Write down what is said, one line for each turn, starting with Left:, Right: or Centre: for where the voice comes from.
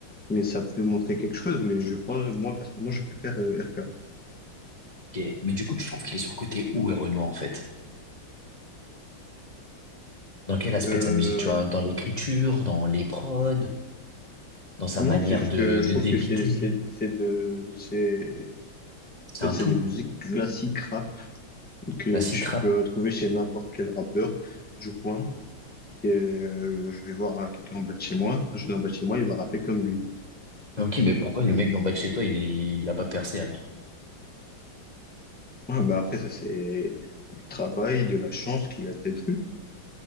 Centre: mais ça peut montrer quelque chose. Mais je pense, moi personnellement, je préfère euh, RK.
Left: ok, mais du coup, tu trouves qu'il est surcoté où, Renoir, en fait? Dans quel aspect
Centre: Euh,
Left: de sa musique, tu vois? Dans l'écriture, dans les prods, dans sa
Centre: non,
Left: manière
Centre: c'est juste
Left: de,
Centre: que
Left: de
Centre: je trouve
Left: débiter?
Centre: que c'est c'est c'est de c'est
Left: C'est
Centre: en fait
Left: un
Centre: c'est
Left: tout.
Centre: des musiques classiques rap que
Left: Classique
Centre: tu
Left: rap.
Centre: peux retrouver chez n'importe quel rappeur du coin. Et, euh, je vais voir hein, quelqu'un en bas de chez moi, je vais en bas de chez moi, il va rapper comme lui.
Left: Ok, mais pourquoi le mec d'en bas de chez toi, il est, il a pas percé, alors?
Centre: Ouais, bah après, ça, c'est du travail, de la chance qu'il a peut-être eu.